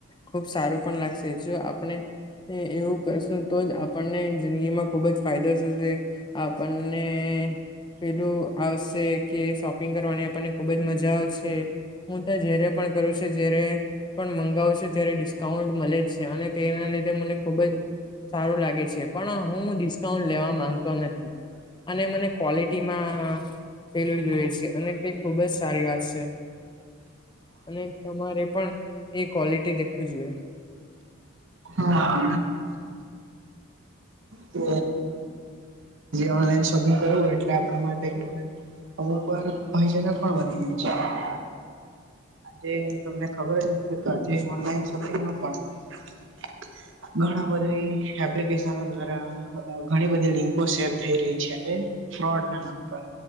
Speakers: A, on the left; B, on the right.
A: ખુબ સારું પણ લાગશે જો આપણે હા એવું કરશું તો જ આપણને જિંદગી માં ખુબ જ ફાયદો થશે. આપણને પેલું આવશે કે શોપિંગ કરવાની આપણને ખુબ જ મજા આવશે. હું તો જય્યારે પણ કરું છું જ્યારે પણ મંગાવુ છું ત્યારે ડિસ્કાઉન્ટ મળે જ છે અને તેના લીધે મને ખુબ જ સારું લાગે છે, પણ હું ડિસ્કાઉન્ટ લેવા માંગતો નથી અને મને ક્વોલિટીમાં પેલું જોઈએ છે અને તે ખુબ જ સારી વાત છે. અને તમારે પણ એ ક્વોલિટી દેખું જોઈએ.
B: હા <inaudible> કે ઓનલાઈન શોપિંગ કરવું એટલે આપણા માટ ગયુંને અમુક વાર ભય જન પણ બની જાય છે. આજે તમને ખબર જ કે આજે ઓનલાઈન શોપિંગમાં પણ ઘણા બધી એપ્લિકેશનો દ્વારા ઘણી બધી લિંકો શેર થઈ રહી છે. ફ્રોડ ના નામ પર.